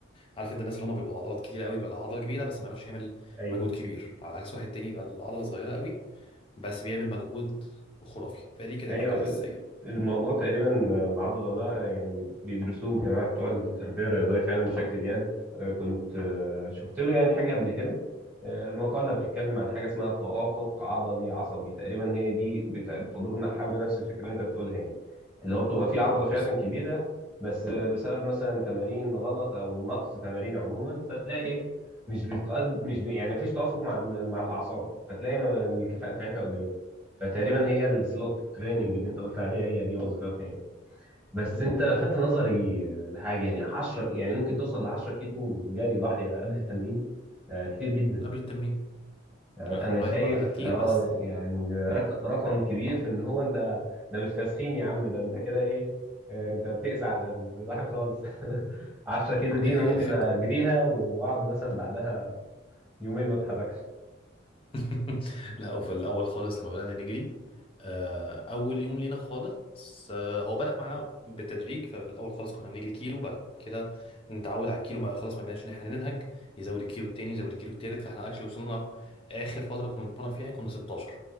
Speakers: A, on the left (about 25°); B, in the centre.
A: عارف أنت الناس اللي هم بيبقوا عضلات كتير قوي بيبقى العضلة كبيرة بس ما
B: آه.
A: يعرفش يعمل
B: ايوه
A: مجهود كبير على عكس واحد تاني يبقى العضلة صغيرة قوي بس بيعمل مجهود خرافي فدي كانت
B: ايوه
A: الفكرة
B: ال-
A: الأساسية
B: الموضوع تقريبا العضله ده يعني بيدرسوه الجماعه بتوع التربيه الرياضيه فعلا بشكل جاد آه، كنت آه، شفت له يعني حاجه قبل كده آه، مقاله بتتكلم عن حاجه اسمها توافق عضلي عصبي تقريبا هي دي بت- بتدورنا حول نفس الفكره اللي انت بتقولها يعني اللي هو بتبقى فيه عضله
A: بالظبط
B: فعلا كبيره بس آه، بسبب مثلا تمارين غلط او نقص تمارين عموما فتلاقي إيه، مش بتقد مش بي... يعني مفيش توافق مع ال- مع الاعصاب فتلاقي ما- الكفاءه بتاعتها قليله فتقريبا هي السلوت تريننج اللي انت قلت عليها هي دي وظيفتها يعني بس
A: مهم.
B: انت لفت نظري آه، لحاجه يعني 10 يعني ممكن توصل ل 10 كيلو جري ضاحيه قبل التمرين آه، كتير جدا
A: قبل التمرين
B: آه،
A: احنا
B: انا
A: بنريح
B: شايف
A: بعدها كتير
B: اه
A: بس
B: يعني رق- رقم كبير في ان هو انت ده مش تسخين يا عم ده انت كده ايه آه، انت بتقسى على الواحد خالص <laughs> 10 كيلو دي
A: <laughs> هي
B: انا ممكن
A: الفكرة
B: اجريها واقعد مثلا بعدها يومين ما اتحركش
A: <laughs> لا هو في الاول خالص لما بدانا نجري آه، اول يوم لينا خالص آه، هو بدا معانا بالتدريج فالاول خالص كنا بنجري كيلو بعد كده نتعود على الكيلو ما خلاص ما بقيناش ان احنا ننهج يزود الكيلو التاني يزود الكيلو التالت فاحنا اكشلي وصلنا اخر فتره كنا بنتمرن فيها كنا 16